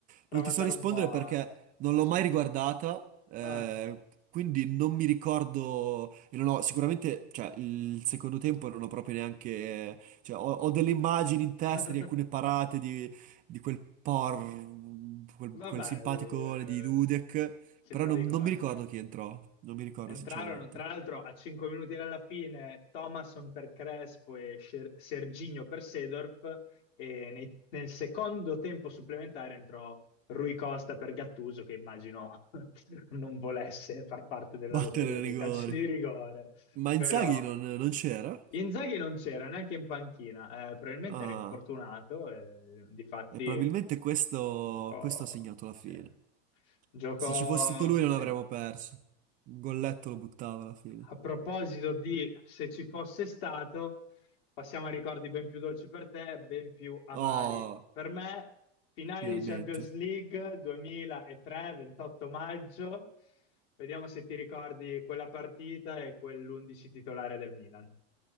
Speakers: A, on the left (about 60°); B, on the right (about 25°).
A: Prova
B: non ti
A: ad
B: so
A: andare
B: rispondere
A: un po' a
B: perché non
A: istinto.
B: l'ho mai riguardata, eh,
A: Ah.
B: quindi non mi ricordo e non ho sicuramente, cioè, il secondo tempo non ho proprio neanche, cioè, ho, ho delle immagini in testa
A: <laughs>
B: di alcune parate di, di quel por, quel,
A: Vabbè,
B: quel simpaticone
A: eh,
B: di Dudek,
A: simpatico,
B: però non, non mi
A: eh.
B: ricordo chi entrò, non mi ricordo
A: Entrarono,
B: sinceramente.
A: tra l'altro, a 5 minuti dalla fine, Thomasson per Crespo e Scer- Serginho per Seedorf, e nei- nel secondo tempo supplementare entrò Rui Costa per Gattuso, che immagino <laughs> non volesse far parte della
B: Battere
A: lotteria
B: il
A: dei
B: rigore.
A: calci di rigore,
B: Ma Inzaghi
A: però...
B: non, non c'era?
A: Inzaghi non c'era neanche in panchina, eh, probabilmente
B: Ah.
A: era infortunato, eh, difatti
B: E probabilmente questo,
A: Giocò,
B: questo ha segnato la
A: sì.
B: fine.
A: Giocò,
B: Se ci fosse stato lui non
A: sì.
B: avremmo perso. Un golletto lo buttava alla fine.
A: A proposito di se ci fosse stato, passiamo a ricordi ben più dolci per te, ben più amari.
B: Oh,
A: Per me, finale
B: finalmente.
A: di Champions League 2003, 28 maggio. Vediamo se ti ricordi quella partita e quell'11 titolare del Milan.